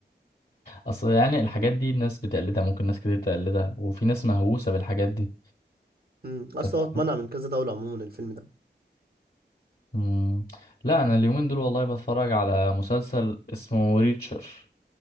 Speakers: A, on the left; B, on the right.
A: اصل يعني الحاجات دي الناس بتقلدها ممكن ناس كتير تقلدها وفي ناس مهووسه بالحاجات دي
B: امم اصلا
A: انت فاهم
B: هو اتمنع من كذا دولة عموما الفيلم ده
A: مم. لا انا اليومين دول والله بتفرج على مسلسل اسمه ريتشر